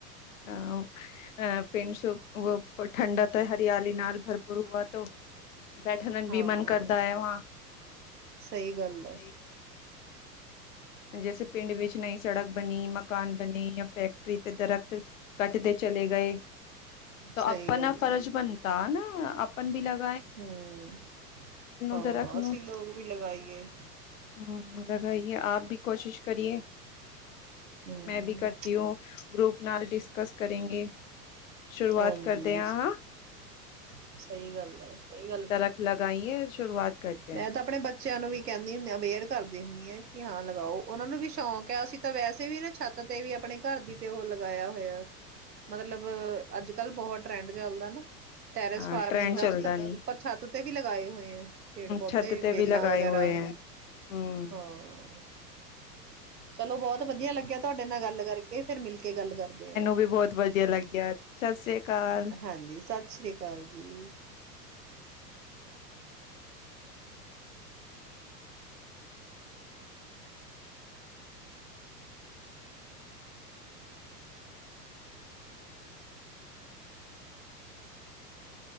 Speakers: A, on the left; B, on the right.
A: ਹਾਂ ਅ ਪਿੰਨ ਸੋ <unintelligible> ਠੰਡਾ ਤਾਂ ਹਰਿਆਲੀ ਨਾਲ ਭਰਪੂਰ ਹੂਆ ਤੋ ਬੈਠਣਨ
B: ਹਾਂ
A: ਵੀ ਮਨ ਕਰਦਾ ਹੈ ਵਾਂ
B: ਸਹੀ ਗੱਲ ਹੈ
A: ਸਹੀ ਗੱਲ ਜੇਸੇ ਪਿੰਡ ਵਿੱਚ ਨਹੀਂ ਸੜਕ ਬਣੀ ਮਕਾਨ ਬਣੇ ਯਾਂ ਫੈਕਟਰੀ ਤੇ ਦਰਖਤ ਕੱਟਦੇ ਚਲੇ ਗਏ ਤੋ
B: ਸਹੀ
A: ਆਪਣਾ
B: ਗੱਲ
A: ਫਰਜ਼
B: ਹੈ
A: ਬਣਤਾ ਨਾ ਅਪ ਲੱ <unintelligible>
B: ਹਮ ਹਾਂ
A: ਦਰਖਤ
B: ਅੱਸੀ ਲੋਕ ਵੀ ਲਗਾਈਏ
A: ਹਮ ਲਗਾਈਏ ਆਪ ਵੀ ਕੋਸ਼ਿਸ਼ ਕਰੀਏ
B: ਹਮ
A: ਮੈਂ ਵੀ ਕਰਤੀ ਹੂ ਗਰੁੱਪ ਨਾਲ ਡਿਸਕਸ ਕਰੇਂਗੇ ਸ਼ੁਰੂਆਤ
B: ਹਾਂਜੀ
A: ਕਰਦੇ ਹਾਂ।
B: ਸਹੀ ਗੱਲ ਆ ਸਹੀ ਗੱਲ ਕੀਤੀ
A: ਦਰਖ਼ਤ ਲਗਾਈਏ, ਸ਼ੁਰੂਆਤ ਕਰਤੇ ਹੈ।
B: ਮੈਂ ਤਾਂ ਆਪਣੇ ਬੱਚਿਆਂ ਨੂੰ ਵੀ ਕਹਿੰਦੀ ਹੁੰ ਅਵੇਅਰ ਕਰਦੀ ਹੁੰਦੀ ਹਾਂ ਕਿ ਹਾਂ ਲਗਾਓ ਉਹਨਾ ਨੂੰ ਵੀ ਸ਼ੌਂਕ ਹੈ ਅਸੀਂ ਤਾਂ ਵੈਸੇ ਵੀ ਨਾ ਛੱਤ ਤੇ ਵੀ ਆਪਣੇ ਘਰ ਦੀ ਤੇ ਉਹ ਲਗਾਇਆ ਹੋਇਆ ਮਤਲਬ ਅੱਜ ਕੱਲ ਬਹੁਤ ਟਰੈਂਡ ਚੱਲਦਾ ਨਾ ਟੈਰਸ
A: ਹਾਂ
B: ਫਾਰਮਿੰਗ
A: ਟ੍ਰੈਂਡ
B: ਦਾ
A: ਚੱਲਦਾ
B: ਅਸੀਂ ਤਾਂ
A: ਨੀ
B: ਉੱਪਰ ਛੱਤ ਤੇ ਵੀ ਲਗਾਏ ਹੋਏ ਆ ਪੇੜ ਪੌਦੇ
A: ਛੱਤ ਤੇ
B: ਬੇਲਾਂ
A: ਵੀ ਲਗਾਏ
B: ਵਗੈਰਾ
A: ਹੋਏ ਹੈ ਹਮ
B: ਹਾਂ ਚਲੋ ਬਹੁਤ ਵਧੀਆ ਲੱਗਿਆ ਤੁਹਾਡੇ ਨਾ ਗੱਲ ਕਰਕੇ ਫਿਰ ਮਿਲਕੇ ਗੱਲ ਕਰਦੇ ਆ
A: ਵੀ ਬਹੁਤ ਵਧੀਆ ਲੱਗਿਆ ਸਤਿ ਸ੍ਰੀ ਅਕਾਲ
B: ਹਾਂਜੀ ਸਤਿ ਸ੍ਰੀ ਅਕਾਲ ਜੀ <inaudible>